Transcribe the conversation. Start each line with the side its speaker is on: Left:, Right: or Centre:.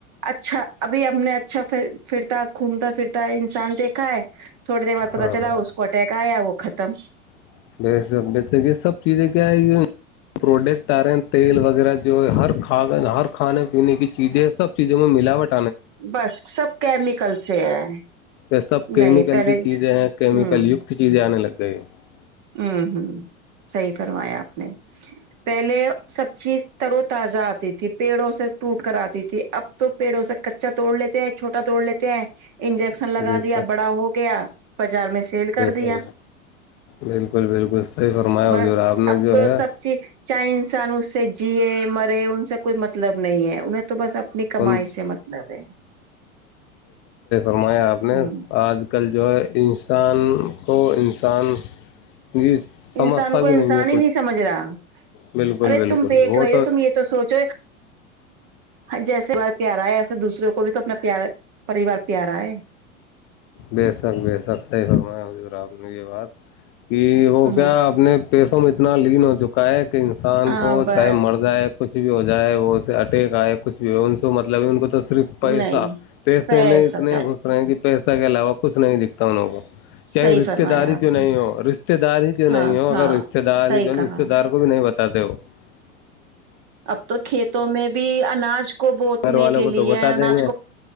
Right: اچھا ابھی ہم نے <unintelligible> اچھا پھرتا گھومتا پھرتا انسان دیکھا ہے <unintelligible> تھوڑے د وارتہ
Left: ہاں
Right: چلاو
Left: ہاں
Right: اس کوٹ کا آیاو خط <unintelligible> تم <unintelligible>
Left: ک یہ سب چیزیں کیا ہے یہ پروڈکٹ آ رہے ہیں تیل وغیرہ جو ہر <unintelligible> کھا ہر کھانے پینے کی چیزیں سب <unintelligible> چیز میں ملاٹ <unintelligible>
Right: بس سب کیمیکل سے ہے
Left: یہ سب کیمیکل
Right: نہیں پہلے
Left: کی چیزیں ہیں کیمیکل
Right: ہوں
Left: یکت چیزیں آنے لگ گئی <unintelligible>
Right: ہوں ہوں صحی فرمایا آپ نے پہلے سب چیز ترو تازہ آتی تھی پیڑوں سے ٹوٹ کر آتی تھی اب تو پیڑوں سے کچا توڑ لیتے ہیں چھوٹا توڑ لیتے ہیں انجیکشن
Left: ہیں۔
Right: لگا
Left: جی
Right: دیا
Left: سر
Right: بڑا ہو گیا بازار میں سیل کر
Left: جی
Right: دیا
Left: سر بالکل بالکل صحیح فرمایا
Right: بس
Left: حضور آپ نے
Right: اب
Left: جو
Right: تو
Left: ہے
Right: سب چیز چاہے انسان اس سے جیے مرے ان سے کوئی مطلب نہیں ہے انہیں تو تو بس اپنی کمائی
Left: ان
Right: سے مطلب ہے
Left: فمایا آپ نے
Right: ہ
Left: آج کل <unintelligible> جو ہے انسان کو انسان <unintelligible> سمجھتا
Right: انسان کو انسان
Left: بھی ہے
Right: ہی
Left: کچھ
Right: نہیں سمجھ رہا
Left: بالکل
Right: ارے
Left: بالکل
Right: تم دیکھ
Left: وہ
Right: رہے ہو تم یہ تو سوچو جیسا پار پیارا ہے ایسے دوسروں کو بھی تو اپنا پیارا پریوار پیارا ہے
Left: بے شک بے شک صیح میں رہا یہ بات کہ وہ
Right: ہ
Left: کیا اپنے پیس میں اتنا لین ہو چکا ہے <unintelligible> انسان
Right: ہاں
Left: کو
Right: بس
Left: چاہے مر جائے کچھ <unintelligible> کچھ بھی ہو جائے وہ سے اٹیک آئے کچھ بھی ہو ان کو مطلب ان کو تو <unintelligible> صرف پیسہ
Right: نہیں
Left: پیسے
Right: پیسا
Left: میں اتنے
Right: چاہیے
Left: گھس رہے ہیں کہ <unintelligible> پیسہ کے علاوہ کچھ نہیں دکھتا انوں کو <unintelligible> چاہے
Right: صحیح
Left: رشتے
Right: فرمایا
Left: داری
Right: آپ
Left: کیوں نہیں
Right: نے
Left: ہو رشتے داری کیوں نہیں
Right: ہاں
Left: ہو اگر
Right: ہاں
Left: رشتے داری
Right: صحیح
Left: کی
Right: کہا
Left: رشتے دار کو بھی نہیں بتا تا دو <unintelligible>
Right: اب تو کھیتوں میں بھی اناج کو بوتنے
Left: گھر والوں
Right: کے
Left: کو
Right: لیےاج
Left: تو بتا دیں گے
Right: کو <unintelligible>